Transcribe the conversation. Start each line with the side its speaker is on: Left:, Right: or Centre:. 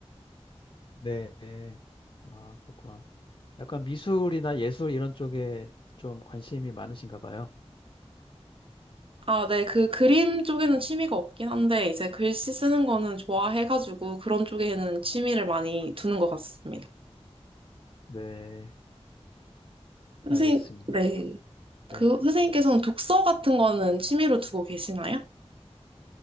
Left: 네. 네. 아, 그렇구나. 약간 미술이나 예술 이런 쪽에 좀 관심이 많으신가 봐요.
Right: 아, 네. 그 그림 쪽에는 취미가 없긴 한데, 이제 글씨 쓰는 거는 좋아해가지고 그런 쪽에는 취미를 많이 두는 것 같습니다.
Left: 네,
Right: 선생님,
Left: 알겠습니다.
Right: 네. 그
Left: 네.
Right: 선생님께서는 독서 같은 거는 취미로 두고 계시나요?